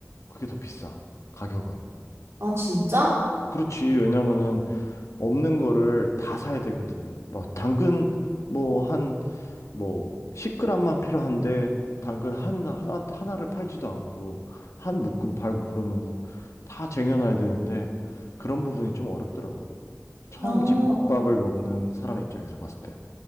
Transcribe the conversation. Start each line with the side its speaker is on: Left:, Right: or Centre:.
Left: 그게 더 비싸. 가격은.
Right: 아, 진짜?
Left: 그렇지. 왜냐면은 없는 거를 다 사야 되거든. 뭐 당근 뭐 한 뭐 10g만 필요한데 당근 하나 하나 하나를 팔지도 않고 한 묶음 팔고 그러면은 다 쟁여놔야 되는데 그런 부분이 좀 어렵더라고요. 처음
Right: 어,
Left: 집밥을 먹는 사람 입장에서 봤을 때.